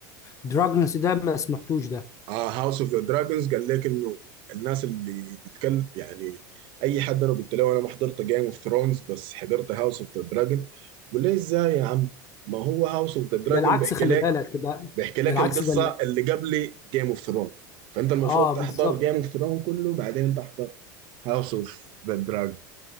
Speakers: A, on the left; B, on the right.
A: الدراجونز ده ما سمعتوش ده
B: اه هاوس اوف ذا دراجونز قال لك انه الناس اللي بتكلم يعني اي حد انا قلت له انا ما حضرت جيم اوف ثرونز بس حضرت هاوس اوف ذا دراجون بقول لي ازاي يا عم ما هو هاوس اوف ذا دراجون
A: ده العكس
B: بيحكي
A: خلي
B: لك
A: بالك ده
B: بيحكي لك
A: ده العكس
B: القصه
A: ده
B: اللي قبل جيم اوف ثرون فانت المفروض
A: اه
B: تحضر
A: بالظبط
B: جيم اوف ثرون كله بعدين تحضر هاوس اوف ذا دراجون